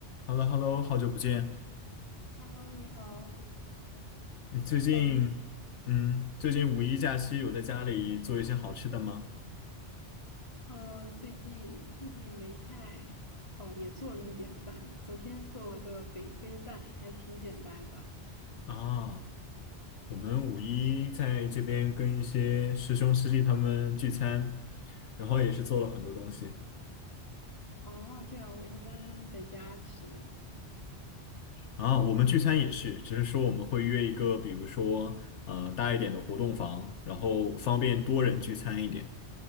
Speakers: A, on the left; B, on the left.
A: h e l l o h e l l o 好久不见。
B: Hello，你好。
A: 你最近，
B: 呃，你平
A: 嗯，最近五一假期有在家里做一些好吃的吗？
B: 呃最近最近没太哦，也做了一点饭。昨天做了个北非蛋，还挺简单的。
A: 啊，我们五一在这边跟一些师兄师弟他们聚餐，然后也是做了很多东西。
B: 哦，这样我一般在家吃。
A: 啊，我们聚餐也是，只是说我们会约一个，比如说呃大一点的活动房，然后方便多人聚餐一点。